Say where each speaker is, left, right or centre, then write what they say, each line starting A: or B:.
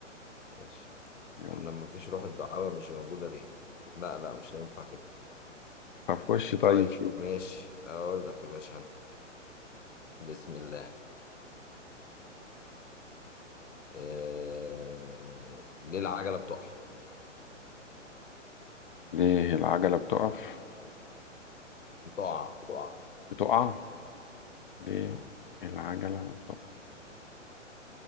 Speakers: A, on the left; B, on the left.
A: ماشي
B: يلا
A: احنا ما فيش روح الدعابة مش موجودة ليه لا لا مش هينفع كده
B: طب خش طيب
A: طيب
B: شوف
A: ماشي اقول لك يا باشا انا بسم الله آه... ليه العجلة بتقع
B: ليه العجلة بتقف
A: بتقع بتقع
B: بتقع ليه
A: مم.
B: العجلة بتقف